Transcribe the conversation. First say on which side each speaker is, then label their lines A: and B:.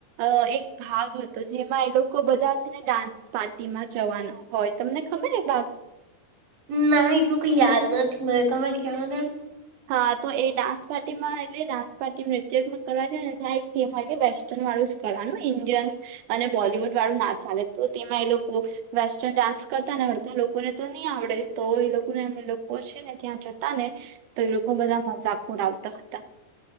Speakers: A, on the right; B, on the right.
A: અ એક ભાગ હતો જેમાં એ લોકો બધા છે ને ડાન્સ પાર્ટીમાં જવાના. હોય તમને ખબર ભાગ
B: ના એટલું કોઈ યાદ નથી મને તમે કવોને
A: હા તો એ ડાન્સ પાર્ટીમાં એટલે ડાન્સ પાર્ટી નૃત્ય કરવા છે ને ત્યાં એક થીમ હોય કે વેસ્ટર્ન વાળું કરવાનું ઇન્ડિયન અને બોલવુડ વાળું ના ચાલે તો તેમાં એ લોકો વેસ્ટર્ન ડાન્સ કરતા ને આવડતા લોકોને તો ની આવડે તો એ લોકોને એમ લોકો જ ને ત્યાં જતા ને તો એ લોકો બધા મજાક ઉડાવતા હતા.